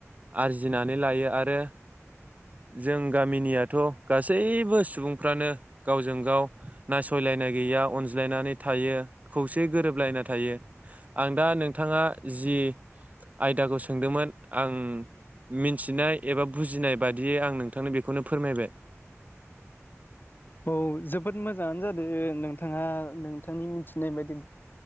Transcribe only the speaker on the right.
आरजि जिनानै लायो आरो जों गामिनियाथ' गासैबो सुबुंफ्रानो गावजों गाव नासयलायनाय गैया अनज्लायनानै थायो खौसे गोरोबलायना थायो। आं दा नों थाङा जि आयदाखौ सोंदोंमोन आं मिथिनाय एबा बुजिनाय बादियै आं नोंथांनो बेखौनो फोरमायबाय।